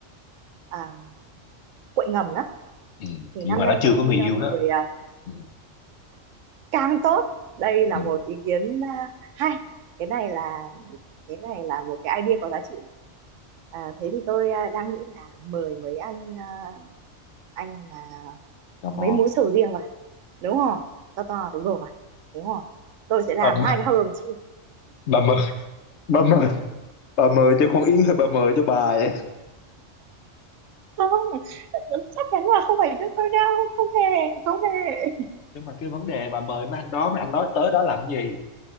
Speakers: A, on the right (about 80°); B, on the left (about 65°).
A: à, quậy ngầm đó
B: ừ.
A: thì
B: nhưng
A: năm
B: mà
A: nay
B: nó chưa
A: có nên
B: có người yêu
A: ờ, mời
B: đó
A: ờ,
B: ừ.
A: Cang tốt đây
B: Ừ.
A: là một ý kiến à, hay cái này là cái này là một cái idea có giá trị à, thế thì tôi à, đang nghĩ là mời mấy anh à, anh mà
B: Tò
A: mấy
B: mò
A: múi sầu riêng vào đúng không to to đúng đồ mà đúng không tôi sẽ làm
B: bà mời
A: hai cái hầu đồng chim
B: bà mời bà mời bà mời cho con Yến hay bà mời cho bà vậy
A: không chắc chắn là không phải cho tôi đâu không hề không hề
B: nhưng mà cái vấn đề bà mời mấy anh đó mấy anh đó tới đó làm gì